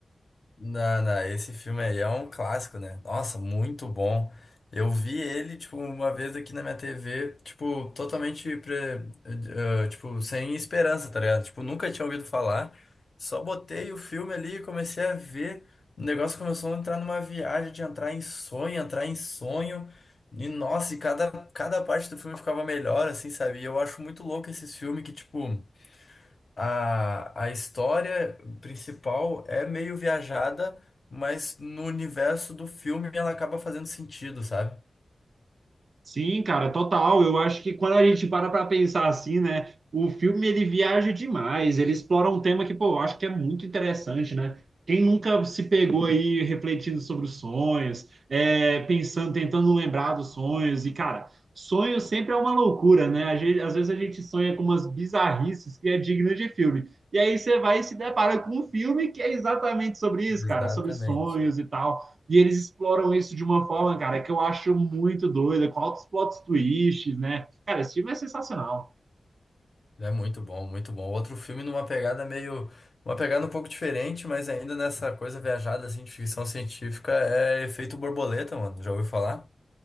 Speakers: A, on the left (about 50°); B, on the right (about 65°).
A: Não, não, esse filme aí é um clássico, né? Nossa, muito bom. Eu vi ele, tipo, uma vez aqui na minha TV, tipo, totalmente, pre- eh, eh, tipo, sem esperança, tá ligado? Tipo, nunca tinha ouvido falar. Só botei o filme ali e comecei a ver. O negócio começou a entrar numa viagem de entrar em sonho, entrar em sonho. E, nossa, e cada, cada parte do filme ficava melhor, assim, sabe? E eu acho muito louco esses filmes que, tipo... A, a história principal é meio viajada, mas no universo do filme ela acaba fazendo sentido, sabe?
B: Sim, cara, total. Eu acho que quando a gente para para pensar assim, né, o filme ele viaja demais, ele explora um tema que, pô, eu acho que é muito interessante, né? Quem nunca se pegou aí refletindo sobre os sonhos, é, pensando, tentando lembrar dos sonhos, e, cara, sonho sempre é uma loucura, né? A gente- às vezes a gente sonha com umas bizarrices que é digna de filme. E aí você vai e se depara com um filme que é exatamente sobre isso,
A: Exatamente.
B: cara, sobre sonhos e tal. E eles exploram isso de uma forma, cara, que eu acho muito doida, com altos plot twists, né? Cara, esse filme é sensacional.
A: É muito bom, muito bom. Outro filme numa pegada meio, uma pegada um pouco diferente, mas ainda nessa coisa viajada assim de ficção científica é Efeito Borboleta, mano. Já ouviu falar?